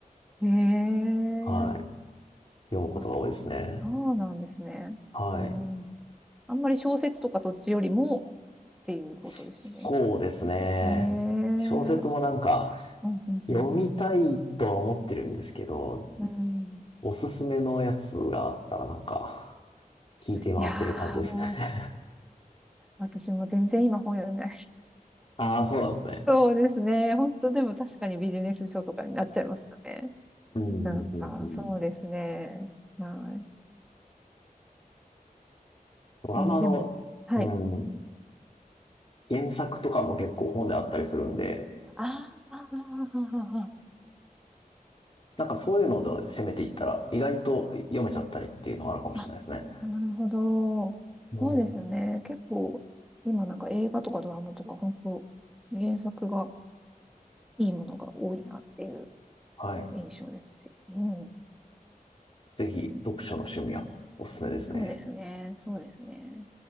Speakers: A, in the centre; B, on the left.
A: い。えー、
B: はい、読むことが多いですね。
A: あ、そうなんですね。
B: はい。
A: うん。あんまり小説とかそっちよりもっていうことですね。
B: そうですね。
A: えー、
B: 小説もなんか
A: あ、うん、うん、
B: 読みたいとは思ってるんですけど、
A: うん、うん。うん
B: おすすめのやつがあったらなんか聞いて回ってる感じですね。
A: いやー、もう、私も全然今本読んで
B: <laughs> ああ、そうなんですね。
A: そうですね。本当でも確かにビジネス書とかになっちゃいますよね。
B: うんうんうんうん。
A: なんか、そうですね。は
B: ドラマの、
A: い。えーでも、はい。
B: うん、原作とかも結構本であったりするんで、
A: あーあー、あーあ
B: なんかそういうので攻めていったら意外と読めちゃったりっていうのがあるかもしれないですね。
A: ーあなるほど。
B: うん。
A: そうですよね。結構、今なんか映画とかドラマとか、本当原作がいいものが多いなっていう
B: はい。
A: 印象ですし。うん。
B: ぜひ読書の趣味はおすすめですね。
A: そうですね。そうですね。